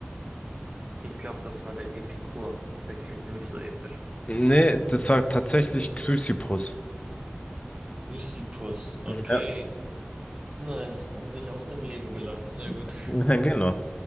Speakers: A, on the right; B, on the left.
A: Ich glaube, das war der Epikur. Der klingt nämlich so episch.
B: Nee, das sagt tatsächlich Chrysippus.
A: Lysippus, okay.
B: Mhm. Ja,
A: Nice, sich aus dem Leben gelacht. Sehr gut.
B: <laughs> genau.